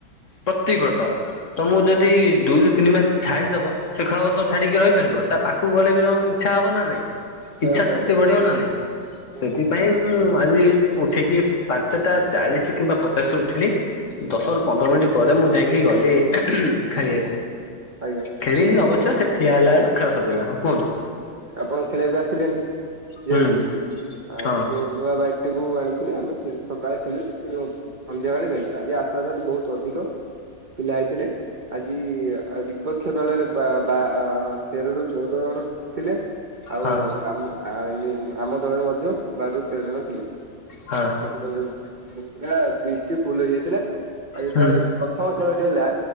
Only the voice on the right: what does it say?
ହୁଁ
ହଉଚି
ହେଲେ
ହୁଁ
ଆଜ୍ଞା
ଟିକେ
ଆପଣ ଖେଳିବାକୁ ଆସିଲେନି ଯେହେତୁ
ଆ
ସିଏ ନୂଆ ବାଇକ୍ ଟା କୁୁ ଆଣିଥିଲେ ଆମେ ସକାଳେ ଖେଳୁ ସନ୍ଧ୍ୟା ବେଳେ ଖେଳୁ ଆଜି ଆ ତା ସେଠୁ ବହୁତ ଅଧିକ ପିଲା ହେଇଥିଲେ ଆଜି ବିପକ୍ଷ ଦଳରେ ବା ବା ତେରରୁ ଚୋଉଦ ଜଣ ଥିଲେ ଆଉ
ଆମ ଆଇଲି ଆମ ଦଳରେ ମଧ୍ୟ ବାରରୁ ତେର ଜଣ ଥିଲେ।
ଆଜି <unintelligible> ପୁରା ଫିଷ୍ଟି ହେଇଯାଇଥିଲା ଆଉ ଯେତେବେଳେ
ପ୍ରଥମ ଖେଳଟି ହେଲା।